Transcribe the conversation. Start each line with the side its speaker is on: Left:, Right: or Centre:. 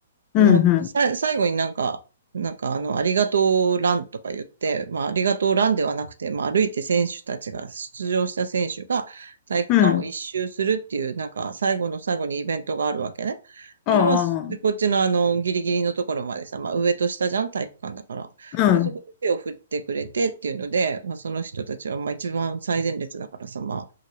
Left: うん、
Right: もうさ、
Left: うん、
Right: 最後になんか、なんかあの、ありがとうランとか言って、まあ、ありがとうランではなくて、まあ、歩いて選手たちが、出場した選手が体育館を一周するっていう、
Left: うん。
Right: なんか最後の最後にイベントがあるわけね。
Left: ああ、
Right: で、まあ、で、こっちのあの、ギリギリのところまでさ、まあ、上と下じゃん、体育館だから。
Left: うん。
Right: で、そこで手を振ってくれてっていうので、まあ、その人たちは、まあ、一番最前列だからさ、まあ、